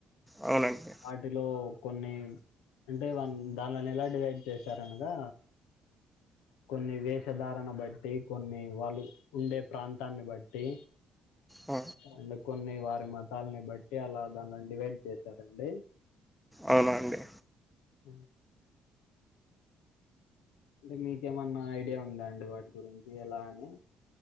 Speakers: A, in the centre; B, on the left.
A: అవునండి
B: వాటిలో కొన్ని అంటే వన్ దాన్లని ఎలా డివైడ్ చేశారు. అనగా కొన్ని వేషధారను బట్టి కొన్ని వాళ్ళు ఉండే ప్రాంతాన్ని బట్టి
A: ఆ,
B: అందు కొన్ని వా మతాలని బట్టి అలా దాన్లని డివైడ్ చేశారండి.
A: అవునా అండి
B: ఉ అంటే మీకేమన్నా ఐడియా ఉందా అండి వాటి గురించి ఎలా అని